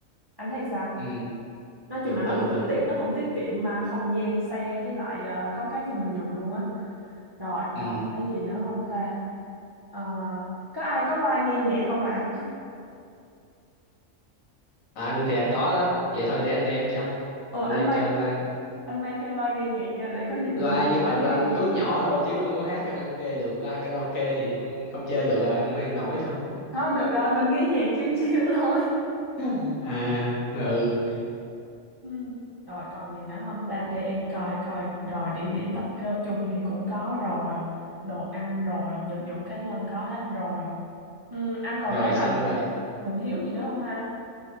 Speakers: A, on the right; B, on the left.
A: anh thấy sao
B: ừ
A: nói chung
B: được
A: là nó
B: được
A: cũng
B: được
A: tiết nó cũng tiết kiệm mà không gian xe với lại ờ, có cái cho mình dùng luôn á rồi
B: ừ
A: còn cái gì nữa không ta Ờ, có ai có loa nghe nhạc không ạ
B: à, anh thì anh có đó vậy thôi để anh đem cho
A: ừ
B: anh
A: anh
B: đem
A: mang
B: cho Loan
A: anh mang theo loa nghe nhạc nha để có gì
B: loa
A: tụi mình
B: nhưng
A: mở
B: mà ra
A: nhạc
B: Bluetooth
A: nghe
B: nhỏ thôi chứ không có hát karaoke được loa karaoke thì không không chơi được rồi không mang nổi đâu
A: thôi được rồi mình nghe nhạc chiêu chiêu <laughs> thôi
B: <laughs> à ừ
A: Ừ. Rồi còn gì nữa không ta để em coi coi rồi địa điểm tập cơ chung thì cũng có rồi đồ ăn rồi vật dụng cá nhân có hết rồi ừ, anh còn
B: rồi
A: thấy
B: xong
A: là
B: rồi
A: mình thiếu gì nữa không ha